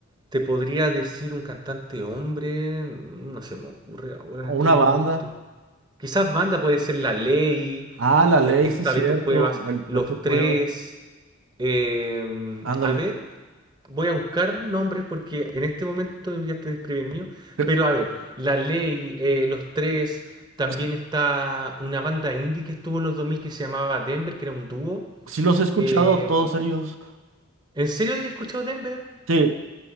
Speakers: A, on the right; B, on the right.
A: te podría decir un cantante hombre, no se me ocurre ahora
B: O
A: en estos
B: una
A: momentos.
B: banda.
A: Quizás banda puede ser La Ley,
B: Ah, La
A: ahí
B: Ley,
A: está
B: sí, cierto.
A: Beto Cuevas,
B: El
A: Los
B: Beto
A: Tres.
B: Cueva.
A: em,
B: Ándale.
A: a ver, Voy a buscar nombres porque en este momento me enviaste desprevenido.
B: Cre-
A: Pero a ver, La Ley, eh, Los Tres, también
B: Sí,
A: está una banda indie que estuvo en los 2000 que se llamaba Denver, que era un dúo.
B: sí los he escuchado
A: Eh,
B: a todos ellos.
A: ¿en serio has escuchado Denver?
B: Sí,